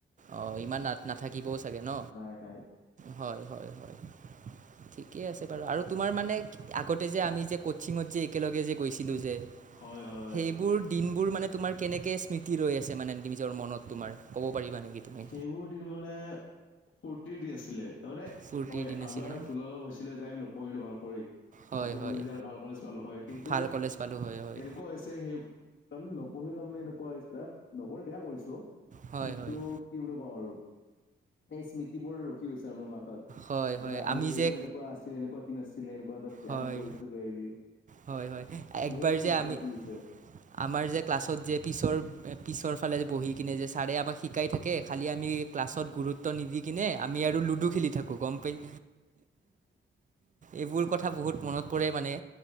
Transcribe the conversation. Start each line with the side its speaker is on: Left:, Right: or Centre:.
Right: অঁ ইমান না নাথাকিবও চাগে ন,
Left: নাই নাই।
Right: হয়, হয়, হয়। ঠিকে আছে বাৰু আৰু তোমাৰ মানে আগতে যে, আমি যে, কচিঙত যে, একেলগে যে, গৈছিলো যে।
Left: হয় হয়
Right: সেইবোৰ দিনবোৰ মানে তোমাৰ কেনেকে স্মৃতি ৰৈ আছে মানে, নিজৰ মনত তোমাৰ ক'ব পাৰিবা নেকি? তুমি
Left: সেইবোৰ মানে ফূৰ্তি দি আছিলে তাৰমানে
Right: ফূৰ্তিৰ
Left: হয়
Right: দিন আছিল
Left: আমাৰ
Right: ন
Left: ভুল অলপ হৈছিলে যে আমি নপঢ়িলো ভাল কৰি।
Right: হয়
Left: ভালেকৈ
Right: হয়
Left: পঢ়িলে যে আৰু ভাল কলেজ পালোঁ হয়, কিন্তু
Right: ভাল কলেজ পালোঁ হয় হয়
Left: এনেকুৱা হৈছে সেই তাৰমানে নপঢ়িও তাৰমানে এনেকুৱা হৈছে, নপঢ়ি বেয়া কৰিছো
Right: হয়
Left: কিন্তু
Right: হয়
Left: কি বুলি কওঁ আৰু এই স্মৃতিবোৰ ৰখি গৈছে আৰু মাথাত,
Right: হয় হয়
Left: যে আমি এইবোৰ
Right: যে
Left: এনেকু কুৱা আছিলে, এনেকুৱা দিন আছিলে, এনেকুৱা এটা যে
Right: হয়
Left: আমি কৰিছো বেয়াবি,
Right: হয় হয় একবাৰ
Left: এইবোৰ তোৰ
Right: যে
Left: মাথা
Right: আমি
Left: ৰখি গৈছে।
Right: আমাৰ যে ক্লাছত যে পিছৰ, পিছৰ ফালে বহি কিনে যে ছাৰে আমাক শিকাই থাকে খালী আমি ক্লাছত গুৰুত্ব নিদি কিনে, আমি আৰু লুডু খেলি থাকোঁ গম পাই এইবোৰ কথা বহুত মনত পৰে মানে।